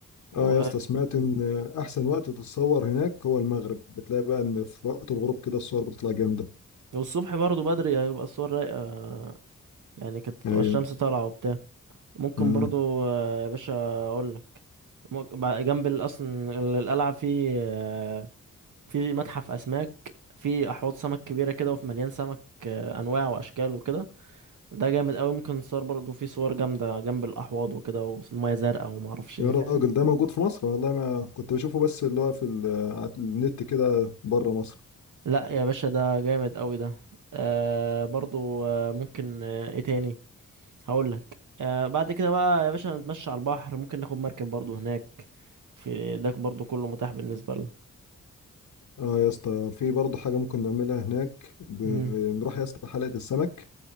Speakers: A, on the right; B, on the left.
A: و...
B: اه يا اسطى سمعت ان احسن وقت تتصور هناك هو المغرب بتلاقي بقى ان في وقت الغروب كده الصور بتطلع جامدة
A: والصبح برضو بدري هيبقى الصور رايقه آه، يعني كانت تبقى
B: ايوه
A: الشمس طالعه وبتاع ممكن
B: امم
A: برضو آه، يا باشا اقول لك ممكن بع- جنب ال- اصلا ال- القلعه في آه، في متحف اسماك في احواض سمك كبيره كده وفي مليان سمك آه، انواع واشكال وكده ده جامد قوي ممكن نصور برضو في صور جامده جنب الاحواض وكده والميه زرقاء وما اعرفش
B: يا
A: ايه
B: راجل
A: فاهم
B: ده موجود في مصر والله ما كنت بشوفه بس اللي هو في ال- على النت كده بره مصر
A: لا يا باشا ده جامد قوي ده آه برضو آه ممكن آه ايه تاني هقول لك آه بعد كده بقى يا باشا نتمشى على البحر ممكن ناخد مركب برضو هناك في ده برضو كله متاح بالنسبة لنا
B: اه يا اسطى في برضه حاجة ممكن نعملها هناك بنروح
A: امم
B: يا اسطى حلقة السمك